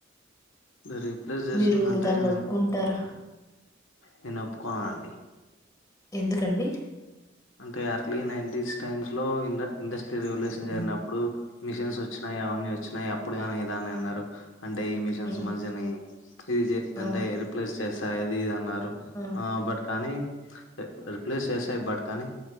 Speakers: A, on the left; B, on the left.
A: రీప్లేస్ చేస్తుందంటేనే
B: మీరు దాన్ని ఒప్పుకుంటారా
A: నేను ఒప్పుకోను అండి
B: ఎందుకండి
A: అంటే అర్లీ నైన్ంటస్ టైమ్స్ లో ఇండ్ ఇండస్ట్రీ రివల్యూషన్ జరిగినడు అప్పుడు మిషన్స్ వచ్చినాయి అవన్నీ వచ్చినాయి అప్పుడు కానీ ఇదా అని అన్నారు అంటే ఈ మిషన్స్
B: మ్మ్
A: మంషిని ఇది
B: ఆ
A: అంటే రిప్లేస్ చేస్తాయి అది ఇది అన్నారు
B: ఆ
A: బట్ కానీ రీప్లేస్ బట్ కానీ